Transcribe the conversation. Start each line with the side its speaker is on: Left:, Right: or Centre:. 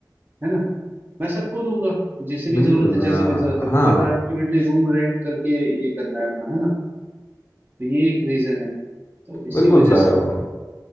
Right: है ना मैं सबको दूंगा जिसे भी
Left: बिल्कुल
Right: जरूरत है जैसा
Left: अ,
Right: भी जरूरत है मुझे
Left: हाँ
Right: तो अल्टीमेटली रूम रेंट करके ये करना है अपना है ना तो ये एक रीजन है तो इसी
Left: बिल्कुल
Right: वजह
Left: सर
Right: से